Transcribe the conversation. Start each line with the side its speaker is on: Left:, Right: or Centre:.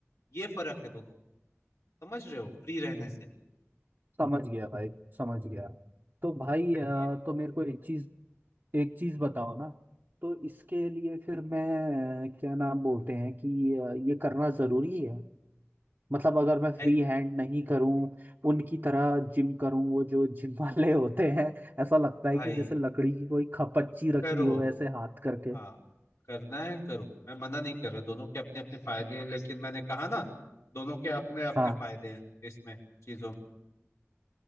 Left: ये फर्क है दोनों समझ रहे हो फ्री रहने से
Right: समझ गया भाई समझ गया तो भाई
Left: इसीलिए
Right: अ, तो मेरे को एक चीज एक चीज बताओ ना तो इसके लिए फिर मैं क्या नाम बोलते हैं कि अ, ये करना जरूरी है मतलब अगर मैं
Left: भाई
Right: फ्री हैंड नहीं करूं उनकी तरह जिम करूं वो जो जिम वाले <laughs> होते हैं ऐसा लगता है
Left: भाई
Right: कि जैसे लकड़ी की कोई खपच्ची रखी
Left: करो
Right: हो ऐसे हाथ करके
Left: हाँ करना है करो मैं मना नहीं कर रहा दोनों के अपने अपने फायदे हैं लेकिन मैंने कहा ना दोनों के अपने अपने
Right: हाँ
Left: फायदे हैं इसमें चीजों में